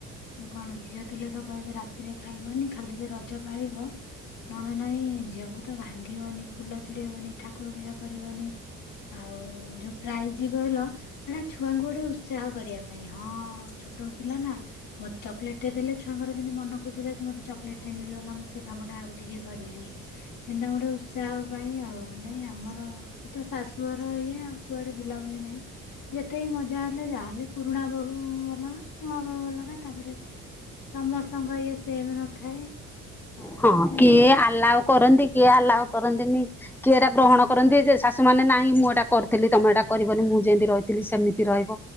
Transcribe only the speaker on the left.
ଏ କଣ ଝିଅ ଥିଲେ ତ କହିବେ ରାତିରେ ଖାଇବନି ଖାଲି ଟିକେ ରଜ ପାଳିବ। ନହେଲେ ନାଇଁ ଝିଅଙ୍କୁ ତ ଭାଙ୍ଗିବନି ଫୁଲ ଛିଡେଇବନି ଠାକୁର ପୂଜା କରିବନି। ଆଉ ଯୋ ପ୍ରାଇଜି କହିଲ ଏଟା ଛୁଆଙ୍କୁ ଗୋଟେ ଉତ୍ସାହ କରିଆ ପାଇଁ ହଁ ଛୋଟ ପିଲା ନା ମତ୍ ଚକଲେଟ୍ ଟେ ଦେଲେ ଛୁଆଙ୍କର ଯେନ୍ତି ମନ ଖୁସି ଲାଗୁଚି ମୋତେ ଚକଲେଟ୍ ଟେ ମିଳିଗଲା ମୁଁ ସେ କାମଟା ଆଉ ଟିକେ କରିବି। ସେନ୍ଦା ଗୋଟେ ଉତ୍ସାହ ପାଇଁ ଆଉ ନାଇଁ ଆମର ତ ଶାଶୁଘର ଏଇଆ ଆଉ। କୁଆଡ଼େ ବୁଲାବୁଲି ନାଇଁ। ଯେତେ ମଜା ହେଲେ ଯା ହେଲେ ପୁରୁଣା ବୋହୁ ଅଲଗା ନୂଆ ବୋହୁ ଅଲଗା। ତାପରେ ସମସ୍ତଙ୍କର ଇଏ ସେମ୍ ନଥାଏ ଆଉ
କିନ୍ତୁ
ହଁ